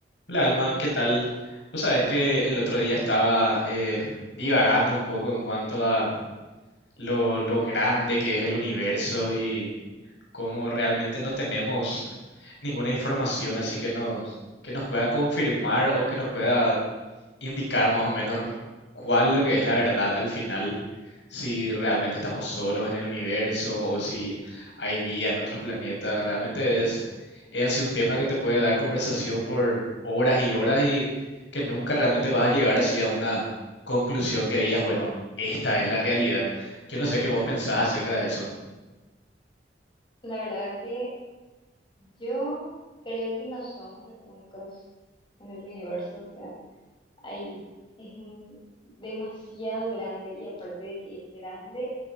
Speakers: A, on the left; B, on the left.
A: Hola Alma, ¿qué tal? Vos sabés que el otro día estaba eh, divagando un poco en cuanto a lo, lo grande que es el universo y cómo realmente no tenemos ninguna información así que nos, que nos pueda confirmar o que nos pueda indicar más o menos cuál lo que es la verdad al final, si realmente estamos solos en el universo o si hay vida en otros planetas. Realmente es, es así un tema que te puede dar conversación por horas y horas y que nunca realmente vas a llegar así a una conclusión que digas, bueno, esta es la realidad. Yo no sé qué vos pensás acerca de eso.
B: La verdad que yo creo que no somos los únicos en el universo, o sea, hay, es un- demasiado grande y aparte de que es grande,